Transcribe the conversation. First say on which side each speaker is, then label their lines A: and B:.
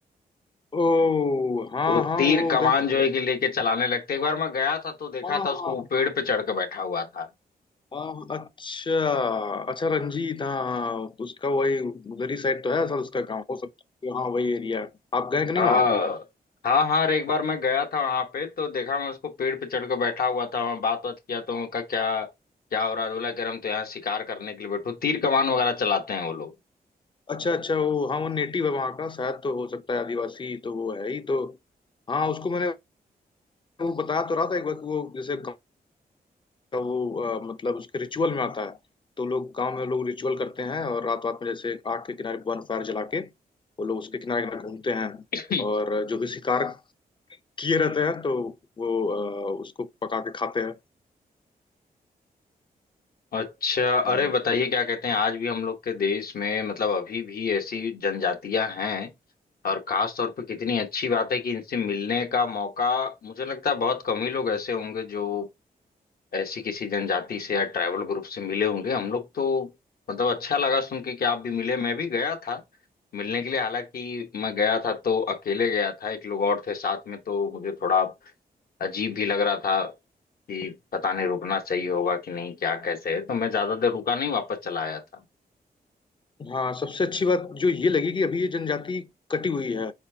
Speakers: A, on the left; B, on the left.
A: ओ हाँ
B: वो
A: हाँ
B: तीर
A: वो
B: कमान
A: उधर
B: जो है कि लेके चलाने लगते एक बार मैं गया था तो देखा
A: हाँ
B: था उसको
A: हाँ
B: वो पेड़ पे चढ़ के बैठा हुआ था
A: हाँ, अच्छा अच्छा रंजीत हाँ उसका वही उधर ही साइड तो है सर उसका गाँव हो सकता है कि हाँ वही एरिया है आप गए कि नहीं
B: हाँ
A: वहाँ
B: हाँ हाँ अरे एक बार मैं गया था वहां पे तो देखा मैं उसको पेड़ पे चढ़ के बैठा हुआ था वहां बात बात किया तो उनका क्या क्या हो रहा है बोला कि अरे हम तो यहाँ शिकार करने के लिए बैठो तीर कमान वगैरह चलाते हैं वो लोग
A: अच्छा अच्छा वो हाँ वो नेटिव है वहाँ का शायद तो हो सकता है आदिवासी तो वो है ही तो हाँ उसको मैंने वो बताया तो रहा था एक बार कि वो जैसे का वो अ, मतलब उसके रिचुअल में आता है तो लोग गांव में लोग रिचुअल करते हैं और रात रात में जैसे आग के किनारे वन फायर जला के वो लोग उसके किनारे किनारे घूमते हैं
B: <laughs>
A: और
B: <clears throat>
A: जो भी शिकार किए रहते हैं तो वो अ, उसको पका के खाते हैं
B: अच्छा अरे
A: हम्म
B: बताइए क्या कहते हैं आज भी हम लोग के देश में मतलब अभी भी ऐसी जनजातियां हैं और खास तौर पे कितनी अच्छी बात है कि इनसे मिलने का मौका मुझे लगता है बहुत कम ही लोग ऐसे होंगे जो ऐसी किसी जनजाति से या ट्राइबल ग्रुप से मिले होंगे हम लोग तो मतलब अच्छा लगा सुन के कि आप भी मिले मैं भी गया था मिलने के लिए हालांकि मैं गया था तो अकेले गया था एक लोग और थे साथ में तो मुझे थोड़ा अजीब भी लग रहा था कि पता नहीं रुकना सही होगा कि नहीं क्या कैसे है तो मैं ज्यादा देर रुका नहीं वापस चला आया था
A: हाँ सबसे अच्छी बात जो ये लगी कि अभी ये जनजाति कटी हुई है